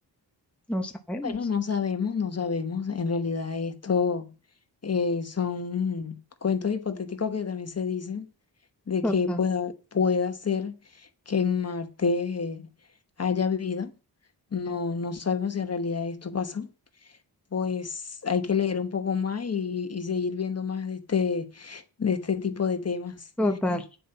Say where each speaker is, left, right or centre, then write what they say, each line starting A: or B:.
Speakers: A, in the centre; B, on the left.
A: no sabemos.
B: Bueno, no sabemos, no sabemos. En realidad esto eh, son cuentos hipotéticos que también se dicen de
A: Total,
B: que pueda, pueda ser que en Marte eh, haya vida. No, no sabemos si en realidad esto pasa. Pues hay que leer un poco más y, y seguir viendo más de este, de este tipo de temas.
A: total.